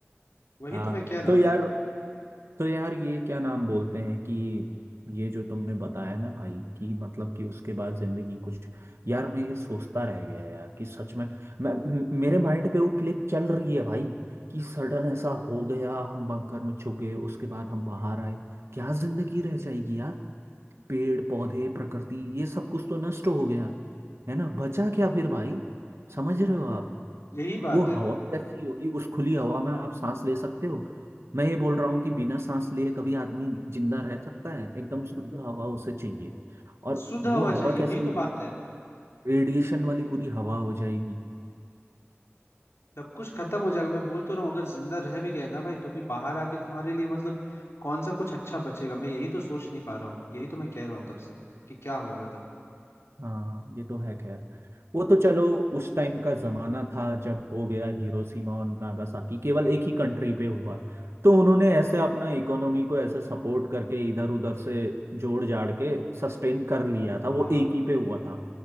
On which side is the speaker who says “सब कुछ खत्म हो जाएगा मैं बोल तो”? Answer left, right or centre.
Left